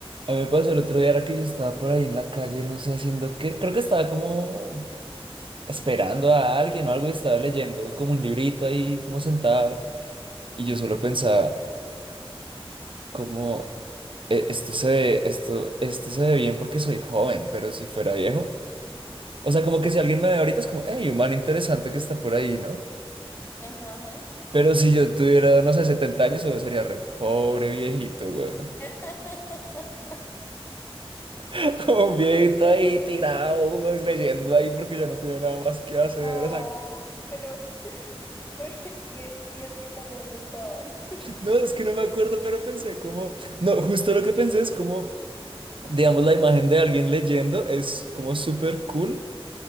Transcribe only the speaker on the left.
Mm.
Ajá, ajá.
<laughs>
No,
pero, pero- y, y es que acaso ¿dónde estabas? <laughs>